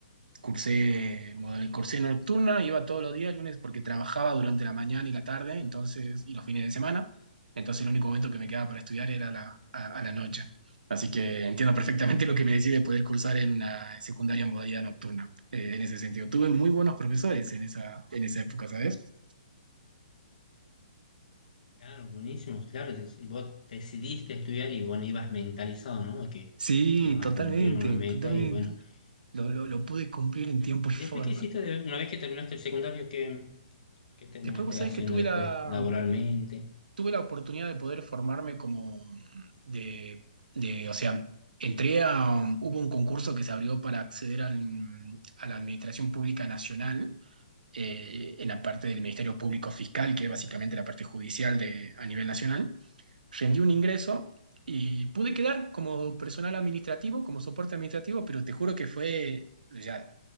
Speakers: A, on the right; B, on the left.
A: cursé, model- cursé nocturna, iba todos los días, lunes, porque trabajaba durante la mañana y la tarde, entonces, y los fines de semana. Entonces, el único momento que me quedaba para estudiar era la, a, a la noche. Así que entiendo perfectamente lo que me decís de poder cursar en una secundaria en modalidad nocturna, eh, en ese sentido. Tuve muy buenos profesores en esa, en esa época, ¿sabes?
B: claro, buenísimo, claro, si, si vos decidiste estudiar y bueno, ibas mentalizado, ¿no? A que
A: Sí,
B: ibas
A: totalmente,
B: a cumplir una meta
A: totalmente.
B: y bueno.
A: Lo,
B: ¿Y,
A: lo, lo pude cumplir en tiempo y
B: y
A: forma.
B: después qué hiciste, de- una vez que terminaste el secundario, qué, qué terminaste
A: Después vos sabés
B: haciendo
A: que tuve
B: después
A: la,
B: laboralmente?
A: tuve la oportunidad de poder formarme como mm, de, de- o sea, entré a, un- hubo un concurso que se abrió para acceder al- a la Administración Pública Nacional, eh, en la parte del Ministerio Público Fiscal, que es básicamente la parte judicial de, a nivel nacional. Rendí un ingreso y pude quedar como personal administrativo, como soporte administrativo, pero te juro que fue, ya,